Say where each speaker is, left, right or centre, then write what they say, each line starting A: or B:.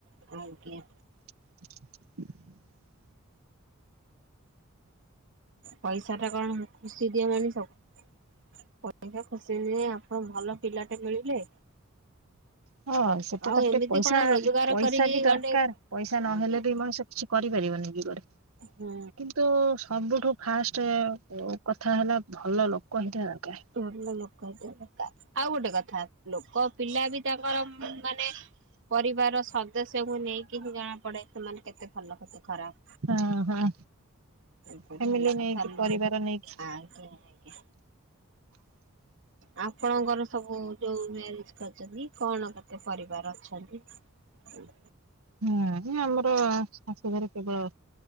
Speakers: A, on the right; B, on the right.
A: ଆପଣଙ୍କୁ କିଏ
B: <inaudible>
A: ପଇସା ଟା କଣ ଖୁସି ଦିଏ ମଣିଷକୁ। ପଇସା ଖୁସି ଦିଏ। ଆପଣ ଭଲ ପିଲା ଟେ ମିଳିଲେ।
B: <unintelligible> ସେଟା
A: ଆଉ
B: ତା ପରେ
A: ଏମିତି
B: ପଇସା,
A: କଣ ରୋଜଗାର
B: ପଇସା
A: କରିକି
B: ବି ଦରକାର,
A: ଗଣ୍ଡେ
B: ପଇସା ନହେଲେ
A: ଆଜ୍ଞା
B: ବି ମଣିଷ କିଛି କରିପାରିବନି ଯୁଗରେ।
A: ହଁ।
B: କିନ୍ତୁ ସବୁଠୁ ଫାଷ୍ଟ ଅ, କଥା ହେଲା ଭଲ ଲୋକ ହେଇଥିବା ଦରକାର।
A: ଭଲ ଲୋକ ହେଇଥିବା ଦରକାର। ଆଉ ଗୋଟେ କଥା ଲୋକ ପିଲା ବି ତାଙ୍କର ଉଁ, ମାନେ ପରିବାରର ସଦସ୍ୟଙ୍କୁ ନେଇକି ହିଁ ଜଣାପଡ଼େ ସେମାନେ କେତେ ଭଲ କେତେ ଖରାପ।
B: ହଁ ହଁ।
A: ଏପରି
B: ଫ୍ୟାମିଲି
A: ହେଲା
B: ନେଇକି
A: କଥା ଲୋ
B: ପରିବାର ନେଇକି।
A: I K. କେ
B: <inaudible>
A: ଆପଣଙ୍କର ସବୁ ଯୋଉ ମ୍ୟାରେଜ୍ କରିଚନ୍ତି କଣ କେତେ ପରିବାର ଅଛନ୍ତି? ଆଉ।
B: ହଁ ନା ଆମର ଶାଶୁ ଘରେ କେବଳ